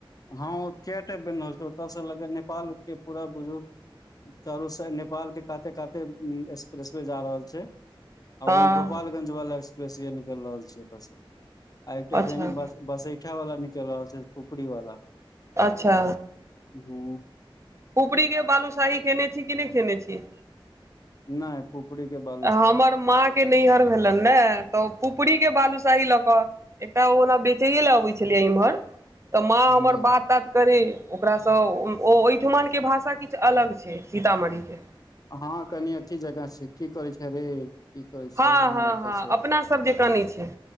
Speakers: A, on the left; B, on the right.
A: हँ ओ कैटा बनि रहल छै ओतय सँ लँके नेपाल के पूरा बुझू चारुसाइड नेपाल के काते काते एक्सप्रेसवे जा रहल छै औ
B: हँ
A: ई गोपालगंज वाला एक्सप्रेसे निकल रहल छी ओत से आ एकटा
B: अच्छा
A: बेनी बस बसे ठा वला निकैल रहल छै पुपरी वाला
B: अच्छा
A: हू
B: पुपरी के बालूशाही खयने छी कि नहि खयने छी
A: नहि पुपरी के बालू
B: हमर माँ के नैहर भेलेन ने तऽ पुपरी के बालू साही लक एकटा ओन बेचैले अबै छलैया इमहर तऽ माँ हमर
A: हूं
B: बात तात करै ओकरासँ ओ ओहिठमनके भाषा किछ अलग छै सीतामढ़ी के
A: हँ कनि अथी जकाँ छै की करै छै रे कहै छै
B: हँ
A: एना
B: हँ
A: एतऽ
B: हँ
A: छै
B: अपनासभ जकाँ नहि छै